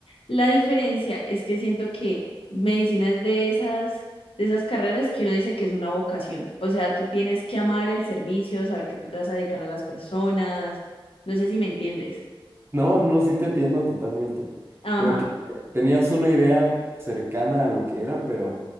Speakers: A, on the left (about 75°); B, on the right (about 25°).
A: La diferencia es que siento que medicina es de esas, de esas carreras que uno dice que es una vocación. O sea, tú tienes que amar el servicio, saber que tú te vas a dedicar a las personas. No sé si me entiendes.
B: No, no, sí te entiendo totalmente.
A: Ajá.
B: Como que tenías una idea cercana a lo que era, pero